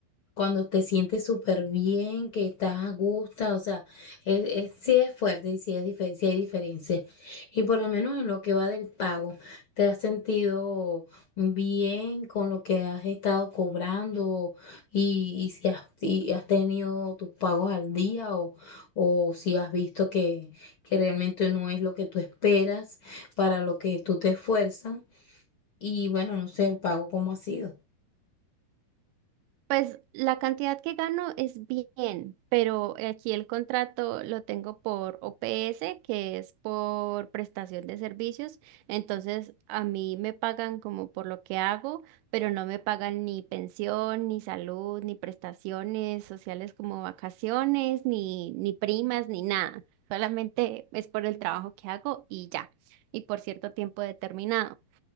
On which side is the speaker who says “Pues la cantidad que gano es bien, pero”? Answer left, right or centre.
Right